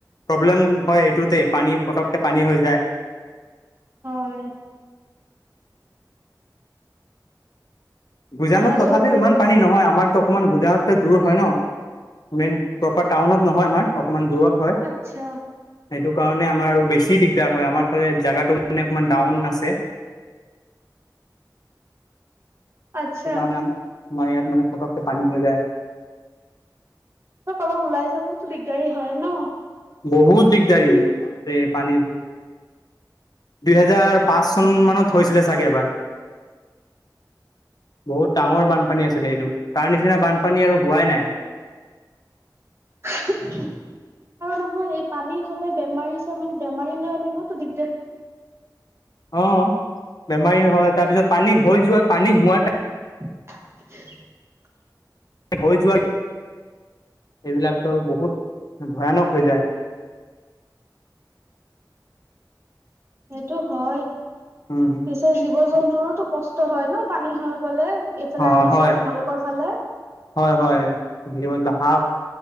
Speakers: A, on the left; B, on the right.
A: প্ৰব্লেম হয় এইেইটোতে পানী পটককে পানী হৈ যায়।
B: হয়।
A: গুজানত
B: অহা
A: তথাপিও
B: যোৱা কৰিব
A: ইমান পানী নহয় আমাৰ। অকমান গুজৰাত দূৰ হয় ন মেইন প্ৰপাৰ টাউনত নহয় আমাৰ অকণমান দূৰত। হয়
B: আচ্ছা।
A: সেইটো কাৰণে আমাৰ আৰু বেছি দিগদাৰ হয় আমাৰ ফালে জেগাটো মানে অকমান ডাউন আছে।
B: আচ্ছা
A: সেইকাৰণেৰ মমাৰ ইয়াত মানে ফটকে পানী হৈ যায়।
B: <inaudible> ওলাই যাবতো দিগদাৰী হয় ন
A: বহুত দিগদাৰি ৰে পানীৰ। দুইহেজাৰ পাঁচ চন মানত হৈছিলে চাগে এবাৰ। বহুত ডাঙৰ বানপানী আছিলে এইটো তাৰ নিচিনা বানপানী আৰু হোৱাই নাই। <unintelligible>
B: আৰু নহয় এই পানী হলে বেমাৰী চ বেমাৰী লৈ আনিবতো দিগদাৰ।
A: অ বেমাৰী হয় তাৰ পিছত পানী হৈ যোৱা পানী হোৱাতে।
B: <unintelligible>
A: হৈ যোৱা এইবিলাকতো আৰু বহুত ভয়ানক হৈ যায়।
B: সেইটো হয়।
A: উম।
B: সে জীৱ জন্তুৰো কষ্ট হয় ন পানী হৈ গলে এইফালে
A: অ
B: আহি
A: হয়
B: যায় তোমালোকৰ ফালে।
A: হয় হয় <inaudible> সাপ